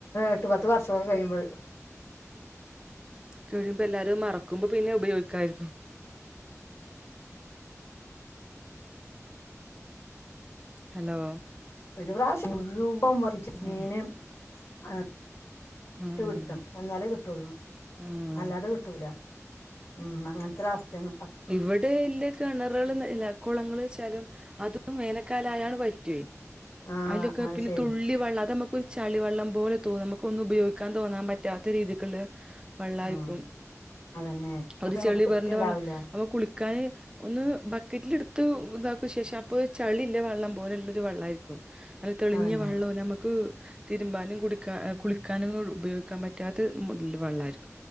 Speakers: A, on the left; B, on the right.
A: എട്ട് പത്ത് വർഷൊക്കെ കഴിയുമ്പോ
B: കഴിയുമ്പോ എല്ലാരും മറക്കുമ്പോ പിന്നെ ഉപയോഗിക്കായിരിക്കും. ഹലോ.
A: ഒരു പ്രാവശ്യം മുഴുവൻ വറ്റിച്ചിട്ട്
B: ഉം
A: മീന് ഈഹ്
B: ഉം
A: ട്ട് പിടിക്കണം. എന്നാലേ കിട്ടൂള്ളു.
B: ഉം
A: അല്ലാതെ കിട്ടൂല. ഉം അങ്ങനത്തെ ഒരു അവസ്ഥയാണ്.
B: ഇവിടെ ഇല്ല കിണറുകള് ന ല്ല കുളങ്ങള്ച്ചാലും അത് പ്പം വേനക്കാലായാ അങ്ങട് വറ്റുവെ.
A: ആഹ്
B: അയിലൊക്കെ
A: അത്
B: പിന്നെ
A: ശരി
B: തുള്ളി വെള്ളം അതമ്മക്ക് ഒരു ചളി വെള്ളം പോലെ തോന്നും നമുക്കൊന്നും ഉപയോഗിക്കാൻ തോന്നാൻ പറ്റാത്ത രീതിക്ക്ള്ളെ വെള്ളായിരിക്കും.
A: ആഹ് അതന്നെ അപ്പൊ
B: ഒരു
A: നമുക്ക്
B: ചെളി
A: തൃപ്തി
B: പെരണ്ട
A: ഉണ്ടാവില്ല
B: വെള്ളം അപ്പോ കുളിക്കാന് ഒന്ന് ബക്കറ്റിലെടുത്ത് ഇതാക്കും ശേഷം അപ്പോ ചളിള്ള വെള്ളം പോലെല്ലൊരു വെള്ളായിരിക്കും. നല്ല തെളിഞ്ഞ
A: അതന്നെ
B: വെള്ളവും നമുക്ക് തിരുമ്പാനും കുടിക്കാ ഈഹ് കുളിക്കാനും ഉപയോഗിക്കാൻ പറ്റാത്ത മോഡൽ വെള്ളായിരിക്കും.